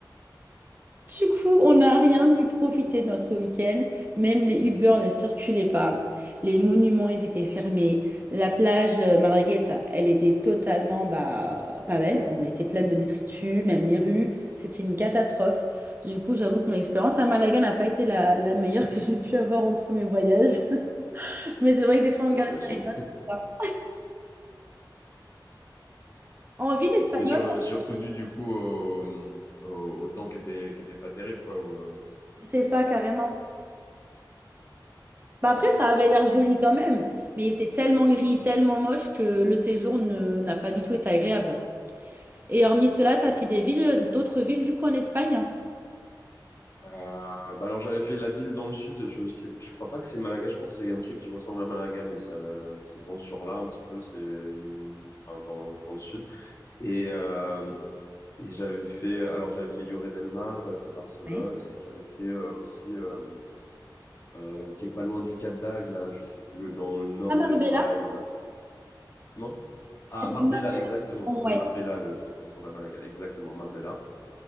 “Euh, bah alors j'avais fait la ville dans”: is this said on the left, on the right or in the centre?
Left